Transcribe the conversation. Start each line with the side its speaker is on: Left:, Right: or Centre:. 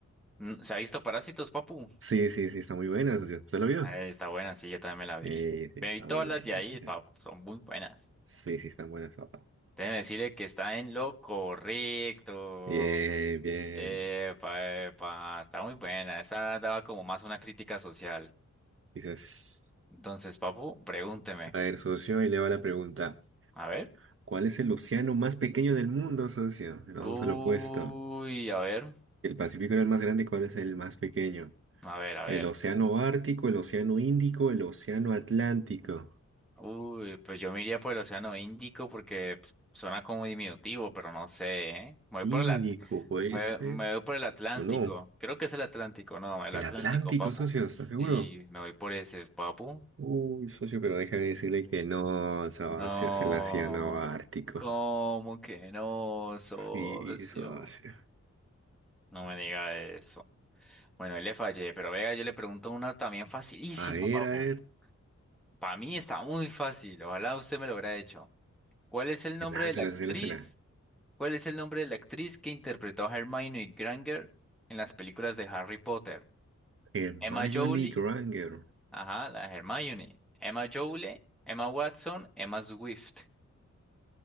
Centre: Mm, ¿Se ha visto Parásitos, papu?
Right: Sí, sí, sí, está muy buena, socio. ¿Usted lo vio?
Centre: Eh, Está buena, sí, yo también me la
Right: Sí,
Centre: vi.
Right: sí,
Centre: Me
Right: está
Centre: vi todas
Right: muy buena,
Centre: las de ahí,
Right: socio.
Centre: papu, son muy buenas.
Right: Sí, sí, están buenas. papá.
Centre: Déjeme decirle que está en lo correcto.
Right: Bien, bien.
Centre: Epa, epa, está muy buena. Esa daba como más una crítica social.
Right: Dices,
Centre: Entonces, papu, pregúnteme.
Right: a ver, socio, y le va la pregunta.
Centre: A ver.
Right: ¿Cuál es el océano más pequeño del mundo, socio? Nos vamos
Centre: Uy,
Right: al opuesto.
Centre: a ver,
Right: El Pacífico era el más grande, ¿cuál es el más pequeño?
Centre: a ver, a ver.
Right: El océano Ártico, el océano Índico, el océano Atlántico.
Centre: Uy, pues yo me iría por el Océano Índico porque pues, suena como diminutivo, pero no sé, ¿eh? Me voy
Right: Índico,
Centre: por el, At-
Right: puede
Centre: me,
Right: ser.
Centre: me voy por el Atlántico.
Right: ¿O no?
Centre: Creo que es el Atlántico, no, el
Right: El
Centre: Atlántico,
Right: Atlántico,
Centre: papu.
Right: socio, ¿estás seguro?
Centre: Sí, me voy por ese, papu.
Right: Uy, socio, pero déjame decirle que no, Sabacio
Centre: No,
Right: es el océano ártico.
Centre: ¿cómo que no, socio?
Right: Sí, socio.
Centre: No me diga eso. Bueno, ahí le fallé, pero venga, yo le pregunto una también facilísima,
Right: A ver,
Centre: papu.
Right: a ver.
Centre: Para mí está muy fácil, ojalá usted me lo hubiera hecho. ¿Cuál es el nombre
Right: Láncela,
Centre: de la actriz?
Right: socio, láncela.
Centre: ¿Cuál es el nombre de la actriz que interpretó a Hermione Granger en las películas de Harry Potter?
Right: Hermione
Centre: Emma Jolie,
Right: Granger.
Centre: ajá, la Hermione. Emma Jolie, Emma Watson, Emma Swift.